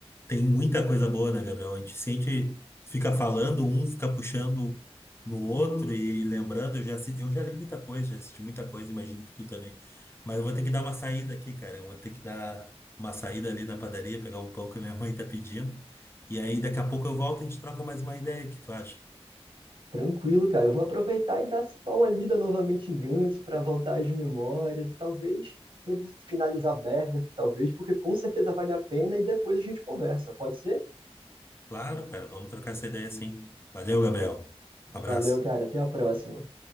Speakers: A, on the left; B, on the right.
A: Tem muita coisa boa, né, Gabriel? A gente sente, fica falando, um fica puxando no outro e lembrando. Eu já, assi- eu já li muita coisa, já assisti muita coisa, imagino que tu também. Mas eu vou ter que dar uma saída aqui, cara. Eu vou ter que dar uma saída ali na padaria, pegar um pão que a minha mãe tá pedindo. E aí daqui a pouco eu volto e a gente troca mais uma ideia, o que tu acha?
B: Tranquilo, cara, eu vou aproveitar e dar se pá, uma lida novamente em Gantz pra voltar às memórias e talvez revis- finalizar Berserk, talvez, porque com certeza vale a pena e depois a gente conversa. Pode ser?
A: Claro, cara, vamos trocar essa ideia sim. Valeu, Gabriel. Um abraço.
B: Valeu, cara, até a próxima.